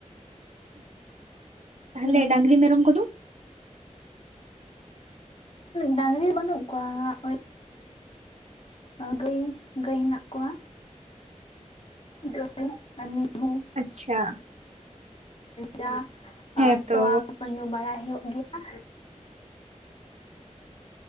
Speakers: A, on the right; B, on the left.
A: ᱛᱟᱦᱚᱞᱮ
B: ᱦᱩᱸ
A: ᱰᱟᱝᱨᱤ ᱢᱮᱨᱚᱢ ᱠᱚᱫᱚ?
B: ᱰᱟᱝᱨᱤ ᱵᱟᱹᱱᱩᱜ ᱠᱚᱣᱟ ᱳᱭ ᱜᱟᱹᱭ ᱜᱟᱹᱭ ᱦᱮᱱᱟᱜ ᱠᱚᱣᱟ᱾ ᱜᱟᱹᱭ ᱟᱨ ᱢᱤᱦᱩ᱾
A: ᱟᱪᱪᱷᱟ
B: ᱪᱟ <unintelligible>
A: ᱦᱮᱸᱛᱚ
B: ᱛᱚᱣᱟ ᱠᱚ ᱠᱚ ᱧᱩ ᱵᱟᱲᱟᱭ ᱦᱩᱭᱩᱜ ᱜᱮᱭᱟ᱾